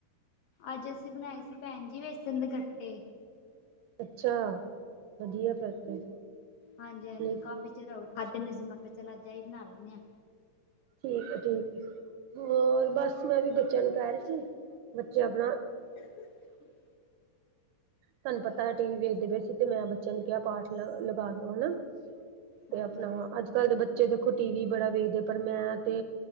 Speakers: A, on the left (about 75°); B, on the right (about 80°).
A: ਅੱਜ ਅਸੀਂ ਬਣਾਏ ਸੀ ਭੈਣਜੀ ਵੇਸਨ ਦੇ ਗੱਟੇ।
B: ਅੱਛਾ, ਵਧੀਆ ਫਿਰ ਤੇ।
A: ਹਾਂਜੀ- ਹਾਂਜੀ
B: ਠੀਕ
A: ਕਾਫੀ ਚਿਰ ਹੋ ਗਿਆ ਖਾਦੇ ਨੀ ਸੀ, ਮੈ ਕਿਹਾ ਚੱਲ ਅੱਜ ਐਹੀ ਬਣਾ ਲੈਣੇ ਆ।
B: ਠੀਕ ਏ ਠੀਕ ਹੋਰ ਬਸ ਮੈਂ ਵੀ ਬੱਚਿਆਂ ਨੂੰ ਕਹਿ ਰਹੀ ਸੀ, ਬੱਚੇ ਆਪਣਾ
A: <inaudible>
B: ਤੁਹਾਨੂੰ ਪਤਾ ਏ ਟੀ ਵੀ ਵੇਖਦੇ ਪਏ ਸੀ ਤੇ ਮੈਂ ਬੱਚਿਆਂ ਨੂੰ ਕਿਹਾ ਪਾਠ ਲ ਲਗਾ ਦੋ ਹਨਾ ਤੇ
A: ਹਾਂਜੀ
B: ਆਪਣਾ ਅੱਜ ਕੱਲ ਦੇ ਬੱਚੇ ਦੇਖੋ ਟੀ ਵੀ ਬੜਾ ਵੇਖਦੇ ਪਰ ਮੈਂ ਤੇ